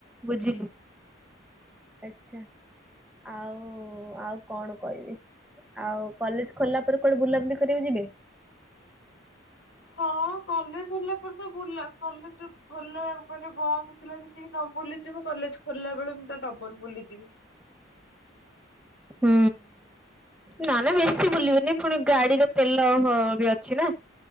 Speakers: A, in the centre; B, on the left.
A: ବୁଝିଲି ଆଛା। ଆଉ ଆଉ କଣ କହିବି। ଆଉ କଲେଜ ଖୋଲିଲା ପରେ କୁଆଡେ ବୁଲାବୁଲି କରିବାକୁ ଯିବେ?
B: ହଁ କଲେଜ ହେଲା ପରେ ତ ବୁଲା କଲେଜ ଖୋଲା ମାନେ ବନ୍ଦ ଥିଲା ଯେତିକି ନ ବୁଲିଛିି ମୁଁ କଲେଜ ଖୋଲା ବେଳେ ମୁଁ ତା ଡବଲ ବୁଲିଯିବି।
A: ହୁଁ। ନା ନା ବେଶୀ ବୁଲିବନି ଫୁଣି ଗାଡିର ତେଲ ବି ଅଛି ନା।